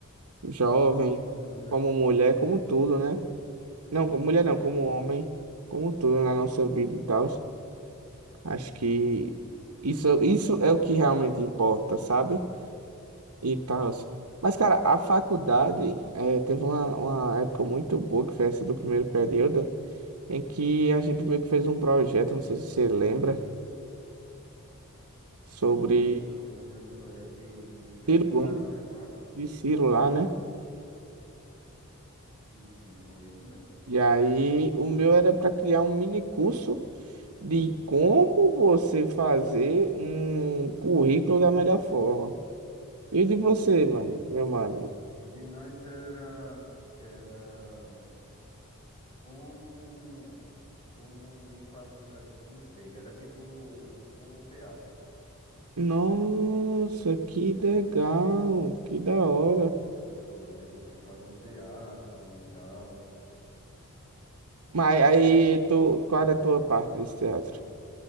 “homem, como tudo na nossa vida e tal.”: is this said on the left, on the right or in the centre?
Right